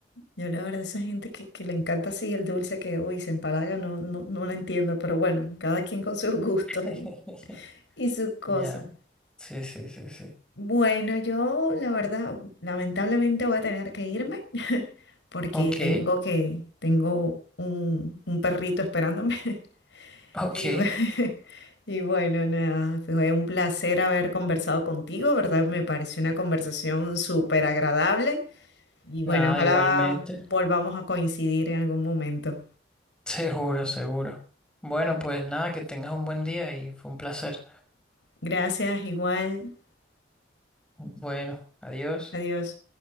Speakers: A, on the left; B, in the centre.
A: Yo la verdad, esa gente que, que le encanta así el dulce que, uy, se empalaga, no, no, no la entiendo, pero bueno, cada quien con sus <laughs> gustos
B: <laughs>
A: y, y sus cosas.
B: Ya, Sí, sí, sí, sí.
A: Bueno, yo la verdad, lamentablemente voy a tener que irme <laughs> porque
B: Ok,
A: tengo que, tengo un, un perrito esperándome. <laughs>
B: ok.
A: Y, bu- <laughs> y bueno, nada, fue un placer haber conversado contigo, ¿verdad? Me pareció una conversación súper agradable y bueno,
B: Nada,
A: ojalá
B: igualmente.
A: volvamos a coincidir en algún momento.
B: Seguro, seguro. Bueno, pues nada, que tengas un buen día y fue un placer.
A: Gracias, igual,
B: Bueno, adiós.
A: adiós.